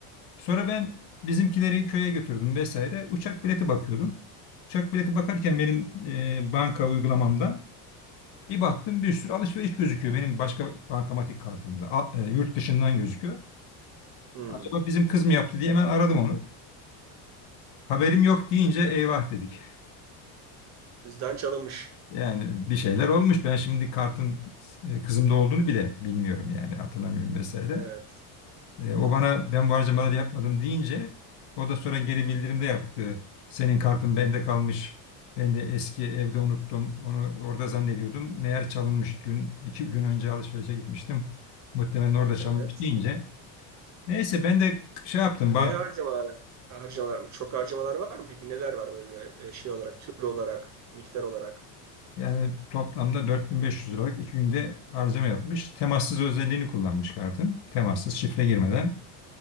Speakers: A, on the left; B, on the right.
A: Sonra ben bizimkileri köye götürdüm vesaire. Uçak bileti bakıyordum. Uçak bileti bakarken benim e, banka uygulamamdan bir baktım bir sürü alışveriş gözüküyor benim başka bankamatik kartımda. A- e, yurt dışından gözüküyor.
B: Hmm,
A: Acaba bizim kız mı yaptı diye hemen aradım onu. Haberim yok deyince eyvah dedik.
B: cüzdan çalınmış.
A: Yani bir şeyler olmuş. Ben şimdi kartın e, kızımda olduğunu bile bilmiyorum yani hatırlamıyorum vesaire.
B: Evet
A: E, o bana ben bu harcamaları yapmadım deyince o da sonra geri bildirimde yaptı. Senin kartın bende kalmış. Ben de eski evde unuttum. Onu orada zannediyordum. Meğer çalınmış gün iki gün önce alışverişe gitmiştim. Muhtemelen orada çalınmış
B: evet.
A: deyince. Neyse ben de şey yaptım.
B: Ne harcamalar? Harcamalar mı? Çok harcamalar var mı? Peki neler var böyle e, şey olarak, tür olarak, miktar olarak?
A: Yani toplamda 4500 liralık iki günde harcama yapmış. Temassız özelliğini kullanmış kartın. Temassız şifre girmeden